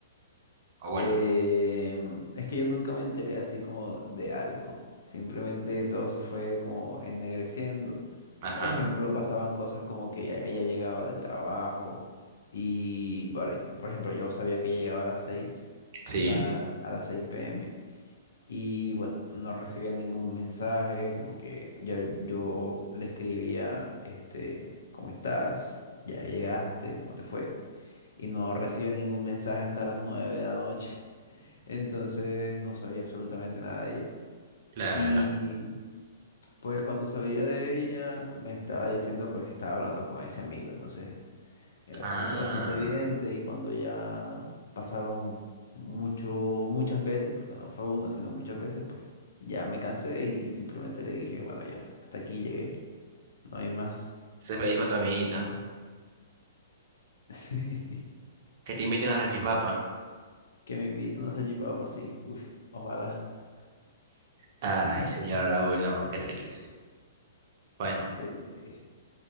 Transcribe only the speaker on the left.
Eh, es que yo nunca me enteré así como de algo. Simplemente todo se fue como ennegreciendo.
Por ejemplo, pasaban cosas como que ella, ella llegaba del trabajo y, por por ejemplo, yo sabía que llegaba a las 6,
de la, a las 6 p.m. Y bueno, no recibía ningún mensaje, como que yo, yo le escribía, este, ¿cómo estás? ¿Ya llegaste? ¿Cómo te fue? Y no recibía ningún mensaje hasta las 9 de la noche. Entonces no sabía absolutamente nada de ella.
Y pues cuando sabía de ella, me estaba diciendo pues que estaba hablando con ese amigo. Entonces era
como que bastante evidente y cuando ya pasaron mucho, muchas veces, porque no fue uno, sino muchas veces, pues ya me cansé y simplemente le dije, bueno, ya, hasta aquí llegué, no hay más.
<laughs> Sí,
que me invite una salchipapa, sí. Uf, ojalá.
<laughs>
Sí, te dice.